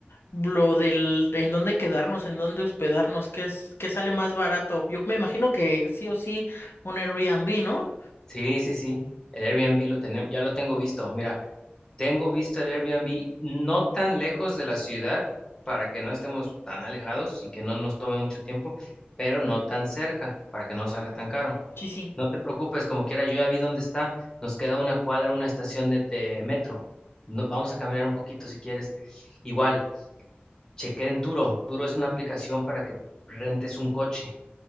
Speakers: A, on the left (about 75°); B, on the left (about 15°).
A: Lo del, de en dónde quedarnos, en dónde hospedarnos, qué es, qué sale más barato. Yo me imagino que sí o sí un Airbnb, ¿no?
B: Sí, sí, sí. El Airbnb lo tenemos, ya lo tengo visto. Mira, Tengo visto el Airbnb no tan lejos de la ciudad para que no estemos tan alejados y que no nos tome mucho tiempo, pero no tan cerca para que no salga tan caro.
A: Sí, sí.
B: No te preocupes, como quiera, yo ya vi dónde está. Nos queda una cuadra, una estación de, de metro. No- vamos a caminar un poquito si quieres. Igual, chequé en Turo. Turo es una aplicación para que rentes un coche.